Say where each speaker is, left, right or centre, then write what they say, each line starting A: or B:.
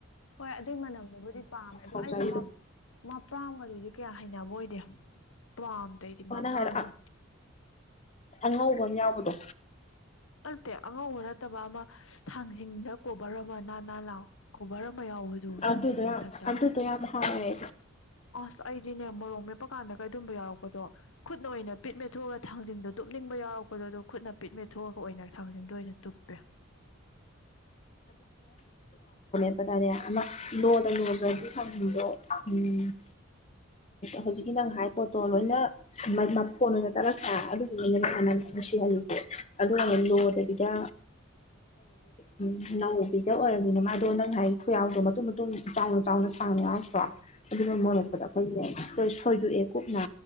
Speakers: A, on the left; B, on the left.
A: ꯍꯣꯏ ꯑꯗꯨꯏ ꯃꯅꯝꯗꯨꯕꯨꯗꯤ ꯄꯥꯝꯃꯦ ꯑꯗꯣ
B: ꯍꯥꯎꯖꯔꯤꯗꯣ
A: ꯑꯩꯗꯤ ꯃꯄꯥ꯭ꯔꯝꯒ ꯍꯧꯛ ꯀꯌꯥ ꯍꯩꯅꯕ ꯑꯣꯏꯗꯦ ꯄ꯭ꯔꯥꯝꯗꯩꯗꯤ
B: ꯃꯥꯅ
A: ꯃꯥ ꯄ꯭ꯔꯥꯝꯗꯣ
B: ꯍꯥꯏꯔ ꯑꯉꯧꯕ ꯌꯥꯎꯕꯗꯣ
A: ꯅꯠꯇꯦ ꯑꯉꯧꯕ ꯅꯠꯇꯕ ꯑꯃ ꯊꯥꯡꯖꯤꯡꯗ ꯀꯣꯕꯔ ꯑꯃ ꯅꯥꯜ ꯅꯥꯜ ꯂꯥꯑꯣ ꯀꯣꯕꯔ ꯑꯃ ꯑꯃ ꯌꯥꯎꯕꯗꯨ ꯊꯥꯡꯖꯤꯡ
B: ꯑꯗꯨꯗꯣ
A: ꯃꯊꯛꯇ
B: ꯌꯥꯝ ꯑꯗꯨꯗꯣ ꯌꯥꯝ ꯍꯥꯎꯋꯦ
A: ꯑꯁ ꯑꯩꯗꯤꯅꯦ ꯃꯣꯔꯣ ꯃ ꯇꯨꯞꯞꯄ ꯀꯥꯟꯗ ꯀꯩꯗꯨꯝꯝꯕ ꯌꯥꯎꯔꯛꯄꯗꯣ ꯈꯨꯠꯅ ꯑꯣꯏꯅ ꯄꯤꯠ ꯃꯦꯠꯊꯣꯛꯑꯒ ꯊꯥꯡꯖꯟꯗꯣ ꯇꯨꯞꯅꯤꯡꯕ ꯌꯥꯎꯔꯛꯄꯗꯣ ꯑꯗꯨ ꯈꯨꯠꯅ ꯄꯤꯠ ꯃꯦꯊꯣꯛꯣ ꯊꯁꯤꯡꯗ ꯑꯣꯏꯅ ꯇꯨꯞꯄꯦ
B: ꯍꯥꯏꯠꯄ ꯇꯥꯔꯦ ꯑꯃ ꯂꯣꯗ ꯂꯣꯒ꯭ꯔꯗꯤ ꯊꯥꯡꯖꯤꯡꯗꯣ ꯎꯝ ꯍꯧꯖꯤꯛꯀꯤ ꯅꯪ ꯍꯥꯏ ꯄꯣꯠꯇꯣ ꯂꯣꯏꯅ ꯐꯣꯟ ꯑꯣꯏꯅ ꯆꯠꯂꯛꯄ꯭ꯔ ꯑꯗꯨꯗꯨꯅꯦ ꯍꯥꯟꯅ ꯅꯨꯁꯤꯍꯜꯂꯤꯁꯦ ꯑꯗꯨꯅ ꯂꯣꯗꯕꯤꯗ ꯎ ꯅꯧꯕꯤꯗ ꯑꯣꯏꯔꯕꯅꯤꯅ ꯃꯥꯗꯣ ꯅꯪ ꯉ ꯈꯨꯌꯥꯎꯗꯣ ꯃꯇꯨꯝ ꯃꯇꯨꯝ ꯆꯥꯎꯅ ꯆꯥꯎꯅ ꯁꯥꯡꯅ ꯌꯥꯎꯔꯛꯇ꯭ꯔꯣ ꯑꯗꯨꯅ
A: ꯎꯝ
B: ꯃꯩꯔꯣꯛꯄꯗ ꯑꯈꯣꯏꯒꯤꯅꯦ <unintelligible> ꯊꯣꯏꯗꯣꯛꯑꯦ ꯀꯨꯞꯅ